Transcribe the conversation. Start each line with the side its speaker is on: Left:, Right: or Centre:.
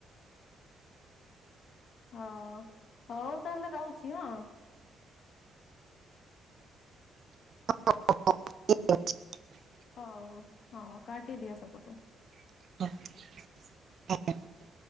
Left: ହଁ ହୋଉ ତାହେଲେ ରହୁଚି ହଁ।
Right: ହ ହ ହ ହ ଠିକ୍ ଅଛି।
Left: ହଉ ହଉ ହଁ କାଟିଦିଅ ସେପଟୁ।
Right: <inaudible>